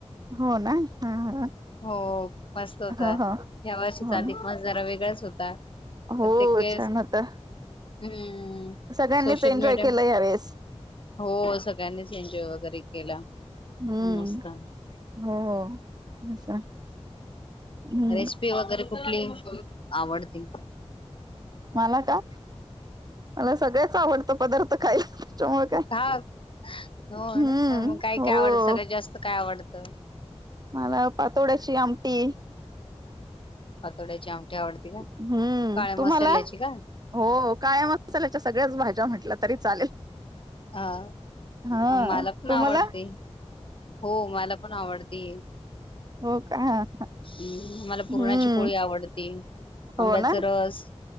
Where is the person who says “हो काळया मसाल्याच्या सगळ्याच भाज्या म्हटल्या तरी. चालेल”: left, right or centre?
Right